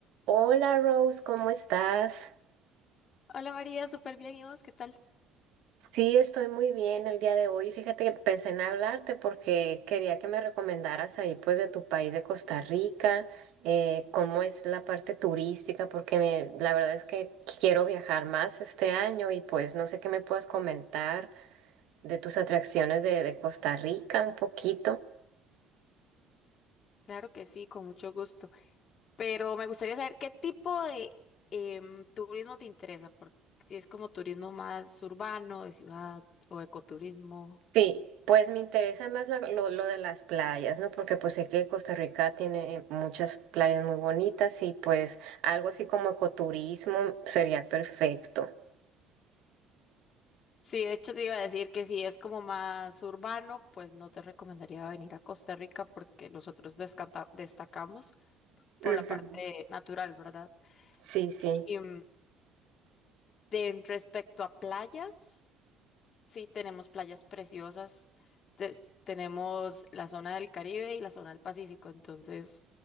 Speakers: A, on the right (about 70°); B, on the left (about 50°).
A: Hola Rose, ¿cómo estás?
B: Hola María, súper bien. ¿Y vos qué tal?
A: Sí, estoy muy bien el día de hoy. Fíjate que empecé en hablarte porque quería que me recomendaras ahí pues de tu país de Costa Rica, eh, cómo es la parte turística, porque me- la verdad es que quiero viajar más este año y pues no sé qué me puedas comentar de tus atracciones de, de Costa Rica un poquito.
B: Claro que sí, con mucho gusto. Pero me gustaría saber qué tipo de em, turismo te interesa, porque si es como turismo más urbano, de ciudad o ecoturismo.
A: Sí, pues me interesa más la- lo, lo de las playas, ¿no? Porque pues sé que Costa Rica tiene muchas playas muy bonitas y pues algo así como ecoturismo sería perfecto.
B: Sí, de hecho te iba a decir que si es como más urbano, pues no te recomendaría venir a Costa Rica porque nosotros descata- destacamos por
A: Ujú.
B: la parte natural, ¿verdad?
A: Sí, sí.
B: Y, em, de respecto a playas. Sí, tenemos playas preciosas, tes- tenemos la zona del Caribe y la zona del Pacífico, entonces,